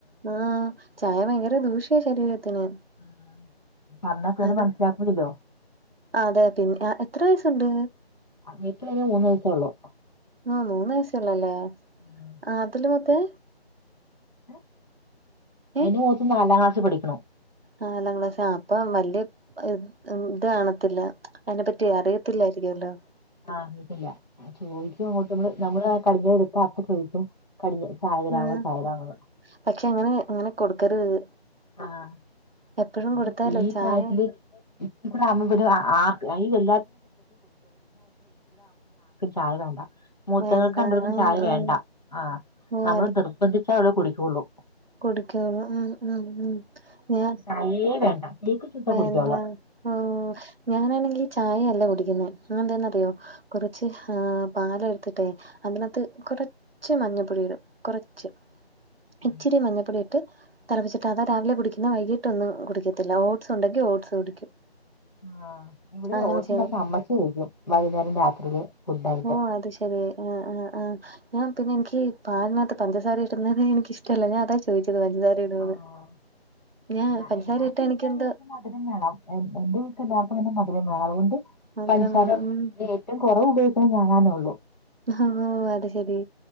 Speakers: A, on the right (about 65°); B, on the left (about 40°).
A: ആഹ് ചായ ഭയങ്കര ദൂഷ്യ ശരീരത്തിന്
B: ഉം പറഞ്ഞൊക്കത്‌മനസ്സിലാക്കുല്ലോ
A: അത് അതെ പിന്നെ എത്ര വയസ്സുണ്ട്
B: അങ്ങേക്ക് ഒരു മൂന്ന് വയസ്സ്ഉള്ളൂ
A: ആഹ് മൂന്ന്‌വയസ്സ് ഉള്ളൂല്ലേ
B: ഉം.
A: ആഹ് അതില് മത്തേ
B: ഏഹ് അതിന്
A: ഏഹ്
B: മൂത്ത് നാലാം ക്ലാസ്സ് പഠിക്ക്ണു
A: ആഹ് നാലാം ക്ലാസ്സ് അപ്പൊ വല്യയ <unintelligible> ഇത് കാണത്തില്ല അയ്നെ പറ്റി അറിയത്തില്ലായിരിക്കോല്ലോ
B: ആഹ് അറിഞ്ഞിട്ടില്ല ചോദിക്കും ങ്ങോട്ട് നമ്മള് കടിഞ്ഞത് എടുത്ത അപ്പോചോദിക്കു കല്ല് ചായരാവോ
A: ആഹ്
B: ചായരാവോ
A: പക്ഷെ ഇങ്ങനെ ഇങ്ങനെ കൊടുക്കരുത്
B: ആഹ്
A: എപ്പഴും
B: ഇനി
A: കൊടുത്താലേ
B: ഈ
A: ചായ
B: പ്രായത്തില് <unintelligible> പിന്നെ ആർക്കും ചായ വേണ്ട മൂത്തങ്ങൾക്ക്
A: വേണ്ട
B: രണ്ടാൾക്കും
A: ആഹ്
B: ചായ വേണ്ട
A: ആഹ്
B: ആഹ്
A: ഓഹ്
B: നമ്മള് നിർബന്ധിച്ച അവള് കുടിക്കുള്ളൂ
A: കൊടുക്കു ഉള്ളൂ ഉം ഉം ഉം ഞാ
B: അല്ലീ വേണ്ട കേക്ക് ചുട്ടാ
A: വേണ്ട
B: കുടിക്കും അവള്
A: പ്പോ ഞങ്ങൾ അണെങ്കി ചായയല്ല കുടിക്കുന്ന എന്താന്നറിയോ കുറച്ച് ഹ് ആഹ് പാല് എടുത്തിട്ടേ അതിനകത്ത് കുറച്ച് മഞ്ഞപ്പൊടി ഇടും കുറച്ച് ഇച്ചിരി
B: ഉം
A: മഞ്ഞപ്പൊടിയിട്ട് തിളപ്പിച്ചിട്ട് അതാ രാവിലെ കുടിക്കുന്നേ. വൈകിട്ട് ഒന്നും കുടിക്കത്തില്ല. ഓ ഓട്സുണ്ടെിൽ ഓട്സ് കുടിക്കും.
B: ആഹ്, ഇവെടെ
A: അങ്ങനെ
B: ഓട്സിനൊക്കെ
A: ചെയ്യുന്നെ
B: അമ്മച്ചി കഴിക്കും. വൈകുന്നേരം രാത്രിയില്. ഫുഡായിട്ട്
A: ഓ അത് ശെ ഏഹ്, ആഹ് ആഹ് ആഹ് ഞാൻ പിന്നെ എനിക്ക് ഈ പാലിനാത്ത് പഞ്ചസാരയിടുന്നതേ എനിക്ക് ഇഷ്ടല്ല. ഞാൻ അതാ ചോ ചോദിച്ചതാ പഞ്ചസാരയിടൂന്ന്.
B: ആഹ്
A: ഞാ
B: ഞാൻ
A: പഞ്ചസാരയിട്ടാ
B: ഞാൻ കുടിക്കാതെ
A: എനിക്കെന്തോ.
B: എനിക്ക് മധുരം വേണം. എ എന്റെ വീട്ടിൽ എല്ലാവർക്കും തന്നെ മധുരം വേണം. അതുകൊണ്ട്
A: മധുരം
B: പൻസാര
A: വേണം ഉം
B: ഏഹ് ഏറ്റവും കൊറവ് ഉപയോഗിക്കുന്നത് ഞാനാന്നേ ഒള്ളൂ.
A: ഓ അത് ശെരി